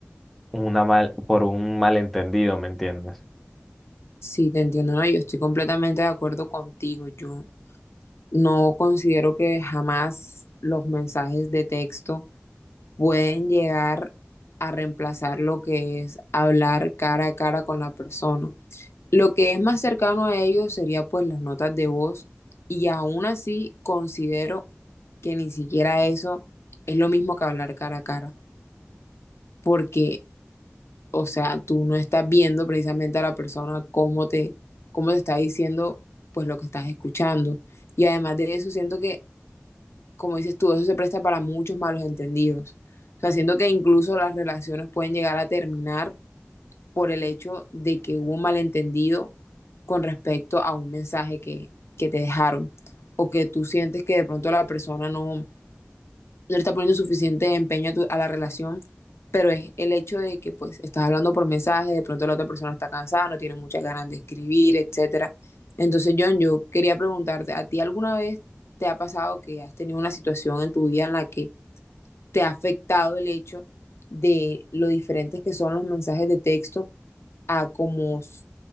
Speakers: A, in the centre; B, on the left (about 75°).
A: una mal, por un malentendido, ¿me entiendes?
B: Sí, te entiendo, no, yo estoy completamente de acuerdo contigo. Yo no considero que jamás los mensajes de texto pueden llegar a reemplazar lo que es hablar cara a cara con la persona. Lo que es más cercano a ellos sería pues las notas de voz y aún así considero que ni siquiera eso es lo mismo que hablar cara a cara, porque, o sea, tú no estás viendo precisamente a la persona cómo te, cómo te está diciendo pues lo que estás escuchando. Y además de eso, siento que como dices tú, eso se presta para muchos malos entendidos. O sea, siento que incluso las relaciones pueden llegar a terminar por el hecho de que hubo un malentendido con respecto a un mensaje que, que te dejaron o que tú sientes que de pronto la persona no, no le estás poniendo suficiente empeño a, tu- a la relación, pero es el hecho de que pues estás hablando por mensaje, de pronto la otra persona está cansada, no tiene muchas ganas de escribir, etcétera. Entonces, John, yo quería preguntarte, ¿a ti alguna vez te ha pasado que has tenido una situación en tu vida en la que te ha afectado el hecho de lo diferentes que son los mensajes de texto a como s-